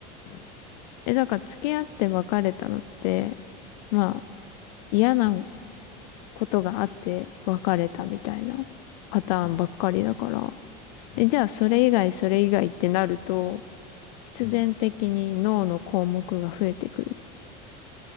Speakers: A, on the left; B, on the left.
A: はい、
B: え、だから付き合って別れたのって、まあ嫌な
A: はい、
B: ことがあって別れたみたいなパターンばっかりだから。
A: はい、はい。
B: え、じゃあ、それ以外、それ以外ってなると、必然的に脳の項目が増えてくるじゃん。
A: うん。